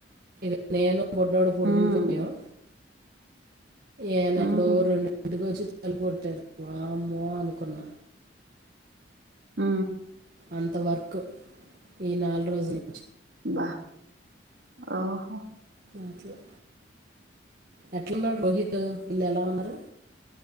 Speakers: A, on the right; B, on the right.
A: ఇగ నేను బొడ్డుడో పోడుకును
B: ఉమ్
A: పోయాం ఏనా ఎప్పుడు
B: ఉహు
A: రెండింటికి వచ్చి తలుపూ కోట్టారు వామ్మో అనుకున్న
B: ఆ
A: అంతవర్క్ ఈ నాలుగు రోజులు
B: బ ఓహో
A: ఆట్లా ఎట్లాన్నారు రోహిత్ వీళ్ళు ఎలా ఉన్నారు